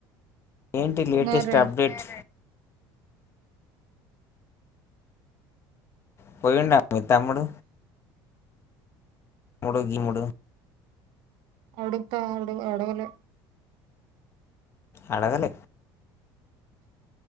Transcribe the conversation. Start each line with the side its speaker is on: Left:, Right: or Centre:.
Left: ఏంటి లేటెస్ట్
Right: మరి
Left: అప్డేట్ పోయి ఉంటాత్తామ్ముడు మూడోగి మూడు
Right: అడుతా అడు అడగల
Left: అడగలే